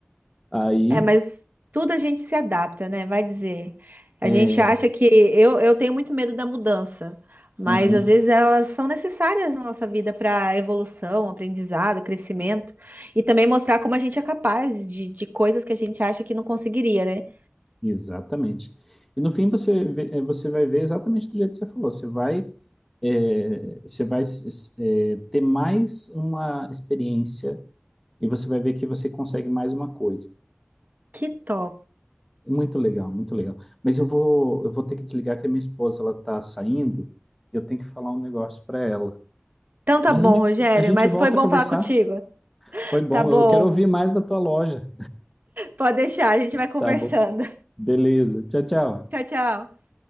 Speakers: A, in the centre; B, on the right.
A: Aí,
B: É, mas tudo a gente se adapta, né? Vai dizer. A
A: é,
B: gente acha que eu, eu tenho muito medo da mudança, mas
A: uhum.
B: às vezes elas são necessárias na nossa vida para evolução, aprendizado, crescimento e também mostrar como a gente é capaz de, de coisas que a gente acha que não conseguiria, né?
A: Exatamente. E no fim você, vê- eh, você vai ver exatamente do jeito que você falou. Você vai, eh, você vai, s- eh, ter mais uma experiência e você vai ver que você consegue mais uma coisa.
B: Que top.
A: É Muito legal, muito legal. Mas eu vou, eu vou ter que desligar que a minha esposa ela tá saindo e eu tenho que falar um negócio para ela.
B: Então tá
A: Mas
B: bom,
A: a gente,
B: Rogério,
A: a gente
B: mas
A: volta
B: foi bom
A: a conversar.
B: falar contigo.
A: Foi bom.
B: Tá bom.
A: Eu quero ouvir mais da tua loja.
B: Pode deixar, a gente vai conversando.
A: Tá bom. Beleza. Tchau, tchau.
B: <laughs> Tchau, tchau.